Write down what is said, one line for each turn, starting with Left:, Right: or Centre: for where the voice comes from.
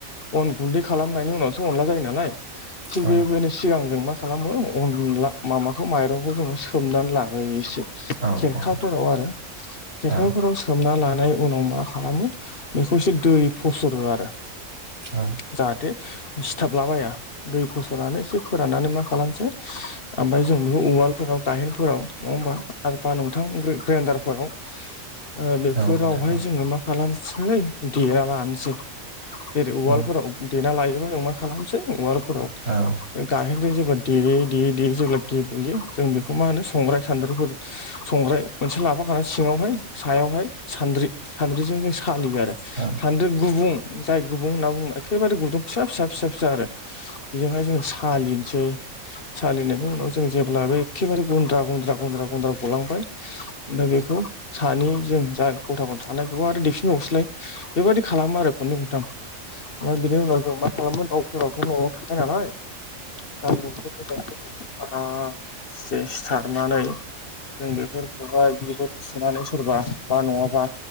Left: अन गुन्दै खालामनायनि उनावसो अनला जायो नालाय। थिग
Right: औ
Left: बेबायनो। सिगां जों मा खालामो अनला माबाखौ माइरंखौ जोङो सोमनानै लाग्रयो एसे
Right: औ औ
Left: फोराव
Right: नोंथां
Left: आरो खेरखाफोराव
Right: औ
Left: सोमना लानाय उनाव मा खालामो बेखौसो दै फसरो आरो
Right: औ
Left: जाहाथे सिथाबलाबाया दै फस'नानै एसे फोराननानै मा खालामसै। ओमफाय जों बे उवालफोराव गायेनफोराव नङा होमबा आरबा नोंथां। ग्रे ग्रेन्दारफोराव ओ बेफोरावहाय
Right: औ नोंथां
Left: जोङो मा। खालामसै देना लानोसै जेरै
Right: औ
Left: उवालफोराव। देना लायोबा जों मा खालामसै उवालफोराव
Right: औ
Left: गाहेनजों जेब्ला देयै देयै देयै जेब्ला गेब्लेयो जों बेखौ मा होनो संग्राय सान्द्र्रिफोरजों संग्राय मोनसे लाफाखानाय सिङावहाय सायावहाय सानद्रि सान्द्रिजों जों सालियो आरो
Right: उम
Left: सान्दो गुबुं जाय गुबुं होनना बुङो एखेबारे गुदुं फिसा फिसा फिसा फिसा आरो बेजोंहाय जों सालिनोसै सा सालिनायनि उनाव जों जेब्लाबो एखेबारे गुन्द्रा गुन्द्रा गुन्द्रा गन्द्रा गलांबाय। उम दा बेखौ सानि जों जा गथा गथा थानायखौ आरो देफिनबावसैलाय। बेबायदि खालामो आरो खननै खनथाम ओमफाय बिनि उनाव जों मा खालामो दाउफोरावथ' न'आव थाख नालाय। दाव नखरनिफ्राय <unintelligible> सिथारनानै जों बे बेफोरखौहाय बि <unintelligible> सुनानै सोरबा बा नङाबा